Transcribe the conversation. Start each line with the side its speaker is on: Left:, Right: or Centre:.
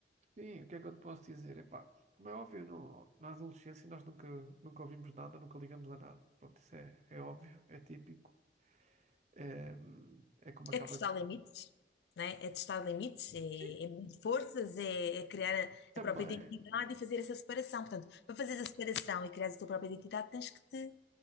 Right: sim, o que é que eu te posso dizer? Epá, como é óbvio, no- na adolescência nós nunca, nunca ouvimos nada, nunca ligamos a nada. Pronto, isso é, é óbvio, é típico. É, é como aquela
Left: É testar
Right: questão.
Left: limites, não é? É testar limites, é,
Right: Sim,
Left: é medir forças, é, é criar a,
Right: também.
Left: a própria identidade e fazer essa separação. Portanto, para fazer a separação e criar a tua própria identidade, tens que te